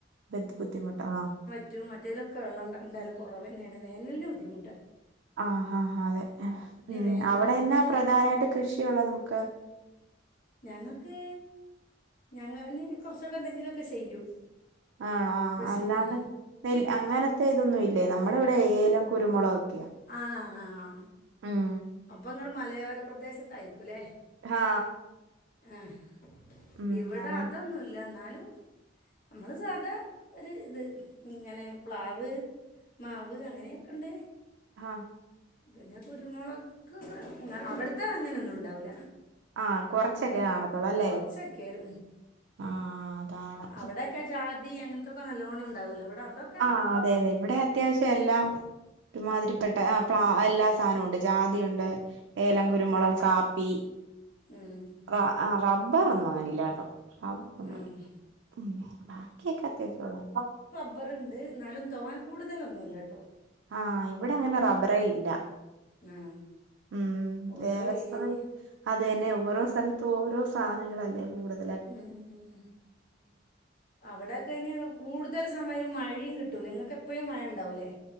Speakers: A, on the right; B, on the left.
A: <unintelligible> ബുദ്ധിമുട്ട് ആഹ്.
B: മറ്മറ്റേലൊക്കെ വെള്ളംണ്ടായും എന്തായാലും കുറവ് നെണ് വേനലന് ബുദ്ധിമുട്ട
A: ആഹ ആ അതെ ഉം
B: വേനലിലേക്ക്
A: അവിടെന്നെ പ്രധാനമായിട്ട് കൃഷിയള്ളൂ നമുക്ക്?
B: ഞങ്ങൾക്ക് ഞങ്ങന് കുറച്ചൊക്കെ എന്തെങ്കിലുമൊക്കെ ചെയ്യും.
A: ആണോ ആ
B: കൃഷി
A: അല്ലാണ്ട്
B: ഉം
A: നെല്ല് അങ്ങനത്തെ ഇതൊന്നും ഇല്ലെ? ഇല്ലെ നമ്മടെ ഇവിടെ ഏലം കുരുമുളക ഒക്കെയാ.
B: ആഹ ആ.
A: ഉം.
B: അപ്പോ ഇങ്ങള് മലയോര പ്രദേശത്തായിരിക്കും. ല്ലെ.
A: ആഹ്.
B: ആഹ
A: ഉം
B: ഇവിടെ
A: അതെ
B: അതൊന്നുമല്ല എന്നാലു നമ്മള് സാധാ ഒരു ഇത് ഇങ്ങനെ പ്ലാവ്, മാവ് അങ്ങനെയൊക്കെ ഉണ്ട്.
A: ആഹ
B: പിന്നെ കുരുമുളക് അവിടത്തെ അങ്ങനെ ഒന്നും ഉണ്ടാവൂല.
A: ആഹ് കൊറച്ചൊക്കെ കാണത്തുള്ളൂ അല്ലേ
B: കൊറച്ചൊക്കെ ഉ
A: ആഹ് അതാണ്
B: അവിടെയക്കെ ജാതി അങ്ങനത്തൊക്കെ നല്ലവോണം ഉണ്ടാവലോ അവിടെ അതൊ
A: ആ അതെ അതെ ഇവിടെ അത്യാവശ്യം എല്ലാം ഒരുമാതിരിപ്പെട്ട പ്ല എല്ലാ സാധനവും ഉണ്ട് ജാതിയുണ്ട്, ഏലം, കുരുമുളക്, കാ പ്പി,
B: ഉം
A: റ റബ്ബർ ഒന്നും അങ്ങനെല്ല കേട്ടോ റബ ഒന്നല്ല
B: ഉം
A: ഉ ബാക്കിയൊക്കെ അത്യാവശ്യം ഉള്ളല്ലോ
B: റബർണ്ട് എന്നാലും തോനെ കൂടുതലൊന്നുമല്ലട്ടോ
A: ആഹ ഇവിടെ അങ്ങനെ റബറേ ഇല്ല.
B: ആ
A: ഉം
B: ഓരോ
A: വേറെ സ്ഥലം
B: ഏരി
A: അതന്നെ ഓരോ സ്ഥലത്തും ഓരോ സാധനങ്ങളല്ലേ കൂടുതൽ.
B: ഉം അവിടെക്കെ ഇന് കൂടുതൽ സമയവും മഴയും കിട്ടും. കിട്ടൂലെ നിങ്ങക്ക് എപ്പോഴും മഴ ഉണ്ടാവൂലെ.